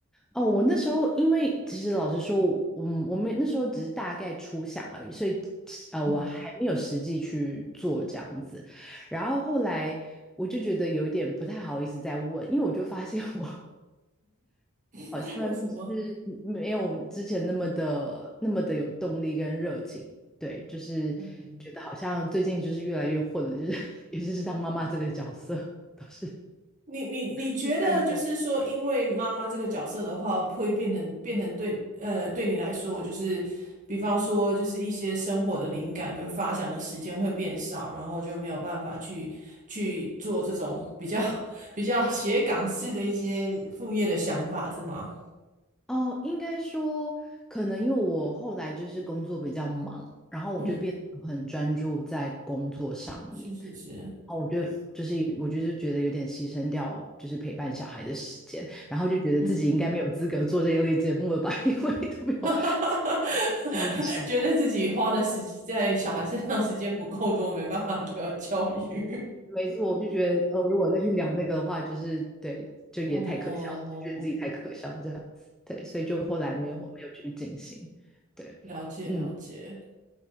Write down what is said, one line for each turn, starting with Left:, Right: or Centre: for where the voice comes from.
Centre: 哦，我那时候因为其实老实说，嗯，我们那时候只是大概初想而已，所以呃，
Right: 嗯，
Centre: 我还没有实际去做这样子。然后后来我就觉得有一点不太好意思再问，因为我就发现我
Right: <laughs>
Centre: 不然就是没有之前那么的那么的有动力跟热情，
Right: 为什么？
Centre: 对，就是觉得好像最近就是越来越混了，
Right: 嗯。
Centre: 就是 <laughs> 尤其是当妈妈这个角色，都是就
Right: 你你你觉得就是说，
Centre: 是在摸。
Right: 因为妈妈这个角色的话，会变成变成对呃对你来说，就是比方说就是一些生活的灵感跟发想的时间会变少，然后就没有办法去去做这种比较 <laughs> 比较写港式的一些副业的想法，是吗？
Centre: 哦，应该说，可能因为我后来就是工作比较忙，然后我就变得很专注在工作上面，
Right: 嗯，<laughs> 是是是，
Centre: 然后我就就是我就是觉得有点牺牲掉就是陪伴小孩的时间，然后就觉得自己应该没有资格做这一类节目了吧，
Right: 嗯，
Centre: <laughs> 因为都没有。
Right: <laughs>
Centre: 要求。
Right: 觉得自己花的时间在小孩身上时间不够多，没办法 <laughs> 聊教育。
Centre: 没错，我就觉得，呃，如果再去聊那个的话，就是对，就也太可笑了，
Right: <laughs> 哦，
Centre: 就觉得自己太可笑了这样子，对，所以就后来没有没有去进行，
Right: 哇
Centre: 对，
Right: 了解了解，
Centre: 嗯。